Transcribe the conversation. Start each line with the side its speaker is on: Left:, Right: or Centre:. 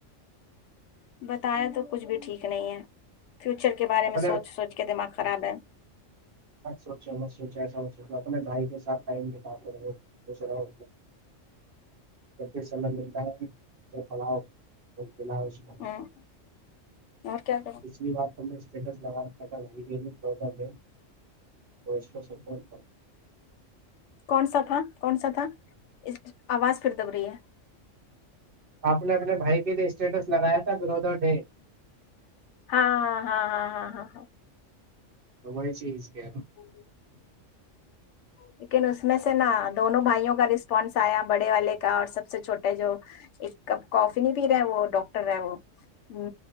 Left: بتایا تو بھی ٹھیک نہیں ہے فیوچر کے
Right: اپنے
Left: سوچ سوچ میں دماغ خراب ہے
Right: مت سوچو مت سوچو ایسا ویسا اپنے بھائی کےساتھ ٹائم بتاتے رہو خوش رہو جب بھی سامی ملتا ہے اسے پڑھاتے رہو
Left: ہوں اور کیا کروں
Right: پچھلی بار تو ٹس لگ کر ویسا سپورٹ
Left: کون سا تھا کون سا تھا اس آواز پھر دب رہی ہے
Right: آپ نے اپنے بھائی کے لیے اسٹیٹس لگایا تھا برادر ڈے
Left: ہاں ہاں ہاں ہاں ہاں ہاں ہاں
Right: تو بڑی چیز کیا
Left: <inaudible> لیکن اس میں سے نا دونوں بھائیوں کا رسپانس آیا بڑے والے کا اور سب سے چھوٹا ہے جو ایک کپ کاف نہیں پ رہے وہ ڈاکٹر ہے وہ ہ